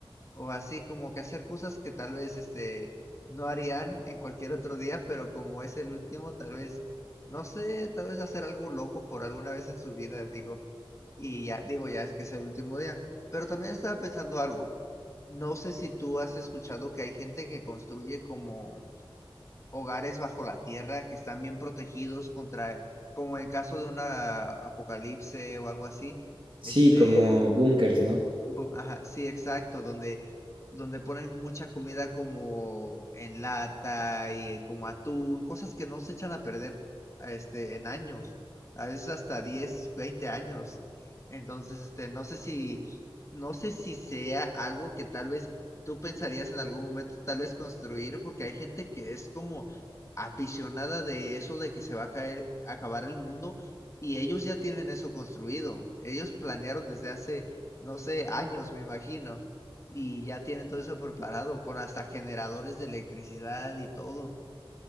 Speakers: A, on the left; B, on the right.
A: O así como que hacer cosas que tal vez este no harían en cualquier otro día, pero como es el último, tal vez, no sé, tal vez hacer algo loco por alguna vez en su vida, digo, y ya, digo, ya es que es el último día. Pero también estaba pensando algo. No sé si tú has escuchado que hay gente que construye como hogares bajo la tierra que están bien protegidos contra, como en caso de una apocalipse o algo así,
B: Sí,
A: este,
B: como bunkers, ¿no?
A: Bu- Ajá, sí, exacto, donde, donde ponen mucha comida como en lata y eh, como atún, cosas que no se echan a perder este, en años, a veces hasta 10 20 años. Entonces, este, no sé si, no sé si sea algo que tal vez tú pensarías en algún momento tal vez construir, porque hay gente que es como aficionada de eso de que se va a caer, acabar el mundo, y ellos ya tienen eso construido. Ellos planearon desde hace no sé, años, me imagino. Y ya tienen todo eso preparado, con hasta generadores de electricidad y todo.